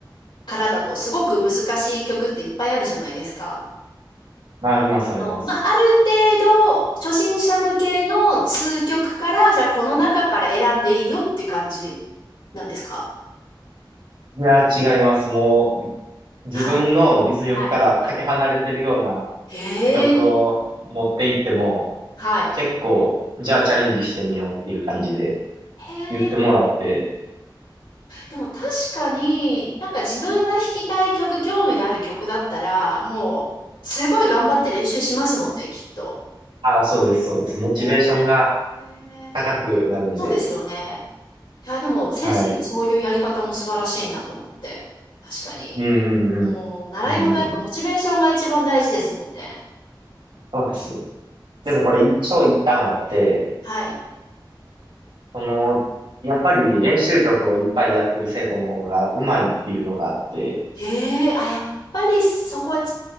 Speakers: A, on the left (about 65°); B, on the right (about 80°).
A: からだとすごく難しい曲っていっぱいあるじゃないですか。
B: まあ、あります、あります。
A: の、まあ、ある程度、初心者向けの数曲から、じゃあこの中から選んでいいよっていう感じなんですか
B: いや、違います。もう、自分の実力からかけ離れてるような
A: はい。はい。へえ。
B: 曲を持っていっても、
A: は
B: 結構、じゃあチャレンジしてみようっていう感じで
A: い。へえ。
B: 言ってもらって、
A: でも確かに、なんか自分が弾きたい曲、興味のある曲だったら、もう、すごい頑張って練習しますもんね、きっと。
B: あ、そうです、そうです。モチベーションが
A: へえ。
B: 高くなるんで、
A: そうですよね。いや、でも先生のそういうやり方も素晴らしいなと思って。
B: はい。
A: 確かに。
B: うん
A: もう、
B: うんうん。
A: 習い事はやっぱモチベーションが一番大事ですもんね。
B: うんうんうん。そうですね。
A: そう。
B: でもこれ一長一短あって、
A: はい。
B: その、やっぱり練習曲をいっぱいやってる生徒の方がうまいっていうのがあって、
A: へえ、あ、やっぱりそこは違